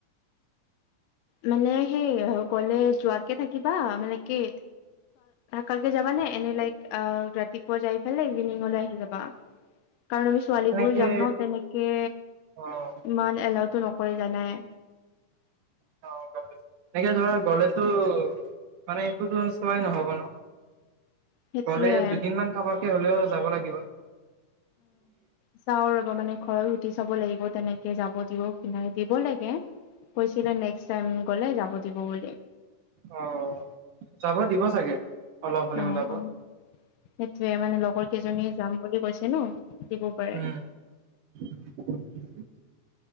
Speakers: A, on the left; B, on the right.
A: মানে সেই কলে যোৱাকে থাকিবা মানে কি কালকে যাবা নে এনে লাইক আহ ৰাতিপুৱা যাই ইভিনিংলৈ আহি যাবা কাৰণ আমি ছোৱালী
B: এনেকে
A: বোৰো যাম ন তেনেকে,
B: অ
A: ইমান এলাউতটো নকৰে জানাই।
B: <inaudible> এনেকে ধৰা গলেতো, মানে একোতো চোৱাই নহ'ব ন।
A: সেইটোয়ে
B: গলে দুদিন মমান থকাকে হলেও যাব লাগিব।
A: চাওঁ ৰব মানে ঘৰত সুটি চাব লাগিব তেনেকে যাব দিব কি নাই দিব লাগে কৈছিলে নেক্সট টাইম গলে যাব দিব বুলি
B: অ যাব দিব চাগে অলপ হ'লেও
A: অ
B: ওলাব।
A: অ সেইটয়ে মানে লগৰ কেইজনীয়ে যাম বুলি কৈছে নো দিব পাৰে
B: উম, <inaudible>